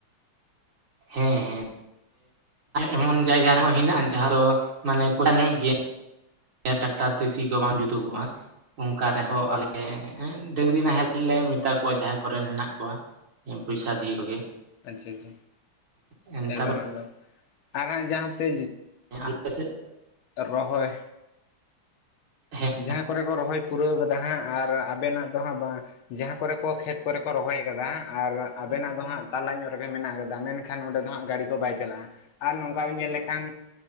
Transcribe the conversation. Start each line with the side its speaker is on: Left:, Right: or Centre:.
Right: ᱦᱮᱸ ᱦᱮᱸ ᱮᱢᱚᱱ ᱡᱟᱭᱜᱟ ᱨᱮᱦᱚᱸ ᱦᱮᱱᱟᱜᱼᱟ ᱡᱟᱦᱟᱸ ᱫᱚ ᱢᱟᱱᱮ ᱠᱚᱪᱟ ᱧᱚᱜ ᱜᱮᱭᱟ ᱴᱟᱠᱴᱟᱨ ᱛᱮ ᱥᱤ ᱠᱚ ᱵᱟᱝ ᱡᱩᱛᱩᱜᱚᱜᱼᱟ ᱚᱱᱠᱟ ᱨᱮᱦᱚᱸ
Left: ᱦᱳᱭ
Right: ᱟᱞᱮ ᱮ ᱰᱟᱹᱝᱨᱤ ᱱᱟᱦᱮᱞ ᱞᱮ ᱢᱮᱛᱟ ᱠᱚᱣᱟ ᱡᱟᱦᱟᱸᱭ ᱠᱚᱨᱮᱱ ᱦᱮᱱᱟᱜ ᱠᱚᱣᱟ ᱯᱚᱭᱥᱟ ᱫᱤᱭᱮ ᱠᱚᱜᱮ
Left: ᱟᱪᱪᱷᱟ ᱟᱪᱪᱷᱟ
Right: ᱦᱮᱸ
Left: ᱮᱠᱫᱚᱢ
Right: ᱛᱟᱯᱚᱨᱮ
Left: ᱮᱠᱫᱚᱢ ᱟᱨ ᱦᱟᱸᱜ ᱡᱟᱦᱟᱸᱛᱮ
Right: ᱟᱞᱮ ᱥᱮᱫ
Left: ᱨᱚᱦᱚᱭ
Right: ᱦᱮᱸ
Left: ᱡᱟᱦᱟᱸ ᱠᱚᱨᱮ ᱠᱚ ᱨᱚᱦᱚᱭ ᱯᱩᱨᱟᱹᱣ ᱠᱟᱫᱟ ᱦᱟᱸᱜ ᱟᱨ ᱟᱵᱮᱱᱟᱜ ᱫᱚ ᱦᱟᱸᱜ ᱵᱟ ᱡᱟᱦᱟᱸ ᱠᱚᱨᱮ ᱠᱚ ᱠᱷᱮᱛ ᱠᱚᱨᱮ ᱠᱚ ᱨᱚᱦᱚᱭ ᱠᱟᱫᱟ ᱟᱨ ᱟᱵᱮᱱᱟᱜ ᱫᱚ ᱦᱟᱸᱜ ᱛᱟᱞᱟ ᱧᱚᱜ ᱨᱮᱜᱮ ᱢᱮᱱᱟᱜ ᱠᱟᱫᱟ ᱢᱮᱱ ᱮᱱᱠᱷᱟᱱ ᱚᱸᱰᱮ ᱫᱚ ᱦᱟᱸᱜ ᱜᱟᱹᱰᱤ ᱠᱚ ᱵᱟᱭ ᱪᱟᱞᱟᱜᱼᱟ ᱟᱨ ᱱᱚᱝᱠᱟᱢ ᱧᱮᱞ ᱞᱮᱠᱷᱟᱱ